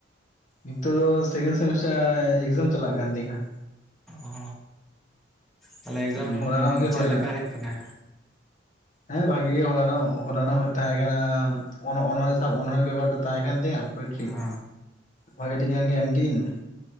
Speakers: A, on the left; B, in the centre.
A: ᱱᱤᱛᱳᱜ ᱥᱮᱠᱮᱱᱰ ᱥᱮᱢᱤᱥᱴᱟᱨ ᱮᱠᱥᱡᱟᱢ ᱪᱟᱞᱟᱜ ᱠᱟᱱ ᱛᱤᱧ ᱦᱟᱸ᱾
B: ᱚᱻ ᱛᱟᱦᱚᱞᱮ ᱮᱠᱡᱟᱢ
A: ᱢᱟᱱᱮ ᱦᱚᱞᱟᱱᱚᱜ ᱜᱮ
B: ᱪᱮᱫ
A: ᱦᱩᱭᱱᱟ
B: ᱞᱮᱠᱟ ᱦᱩᱭᱩᱜ ᱠᱟᱱᱟ?
A: ᱦᱮᱸ ᱵᱷᱟᱜᱤ ᱜᱮ, ᱦᱚᱞᱟᱱᱚᱜ ᱦᱚᱞᱟᱱᱚᱜ ᱦᱚᱸ ᱛᱟᱦᱮᱸ ᱠᱟᱱᱟ, ᱚᱱ-ᱚᱱᱚᱲᱦᱮᱸ ᱥᱟᱵ ᱚᱱᱚᱲᱦᱮ ᱯᱮᱯᱟᱨ ᱴᱟᱜ ᱛᱟᱦᱮᱸ ᱠᱟᱱ ᱛᱤᱧᱟᱹ᱾ ᱯᱳᱭᱮᱴᱴᱨᱤ,
B: ᱚ
A: ᱵᱷᱟᱜᱮ ᱴᱤᱠᱟᱱ ᱜᱮ ᱮᱢ ᱠᱤᱫᱟᱧ ᱟᱫ